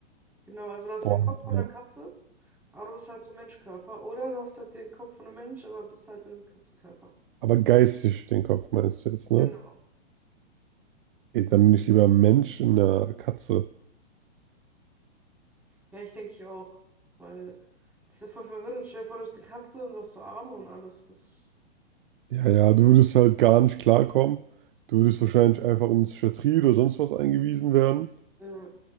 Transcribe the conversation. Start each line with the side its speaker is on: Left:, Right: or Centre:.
Centre: Genau, also du hast
Right: Boah,
Centre: den Kopf von
Right: ne.
Centre: einer Katze, aber du bist halt so ein Menschkörper oder du hast halt den Kopf von einem Mensch, aber bist halt in einem Katzenkörper.
Right: Aber geistig den Kopf meinst du jetzt, ne?
Centre: Genau.
Right: Ey, dann bin ich lieber ein Mensch in einer Katze.
Centre: Ja, ich denke ich auch. Weil das ist ja voll verwirrend. Stell dir vor, du bist eine Katze und du hast so Arme und alles. Das,
Right: Ja, ja, du würdest halt gar nicht klarkommen. Du würdest wahrscheinlich einfach in die Psychiatrie oder sonst was eingewiesen werden,
Centre: ja,